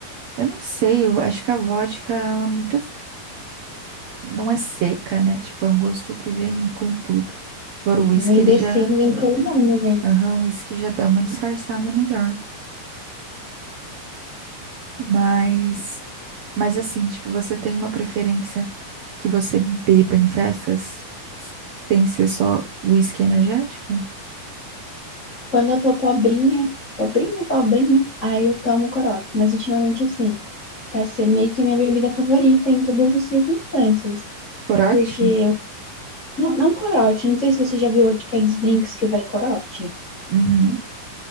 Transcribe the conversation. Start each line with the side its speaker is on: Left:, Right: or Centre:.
Right: Eu não sei, eu acho que a vodka, ela é muito. Não é seca, né? Tipo, é um gosto que vem com tudo. Agora o whisky,
Left: Vem
Right: ele
Left: descendo,
Right: já.
Left: vem colando, né?
Right: Aham, o whisky já dá uma disfarçada melhor. Mas. Mas assim, tipo, você tem uma preferência que você beba em festas sem ser só whisky energético?
Left: Quando eu tô pobrinha, pobrinha, pobrinha, aí eu tomo corote. Mas ultimamente, assim, tá sendo meio que minha bebida favorita em todas as circunstâncias.
Right: Corote?
Left: Porque eu. Não, não corote, não sei se você já viu aqueles drinks que vai corote.
Right: Uhum.